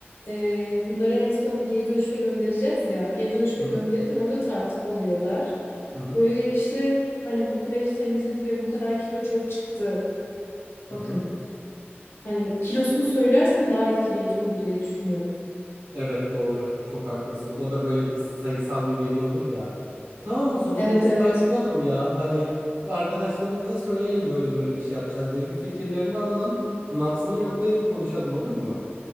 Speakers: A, on the left; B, on the right.
A: e, bunları en son geri dönüşüme göndereceğiz ya. Geri dönüşüme
B: Hı hı.
A: gönderirken orada tartıp alıyorlar.
B: Hı hı.
A: Böyle işte hani bu plajı temizledik ve bu kadar kilo çöp çıktı.
B: Hı
A: Bakın.
B: hı.
A: Hani kilosunu söylersen daha etkileyici olur diye düşünüyorum.
B: Evet doğru. Çok haklısın. O da böyle bir sayısal bir veri olur ya. Tamam o zaman
A: Evet
B: biz
A: evet.
B: başlayalım ya. Hani bir arkadaşlarımıza söyleyelim böyle böyle bir şey yapacağız diye bir fikirlerini alalım. Nabzını yoklayalım konuşalım olur mu?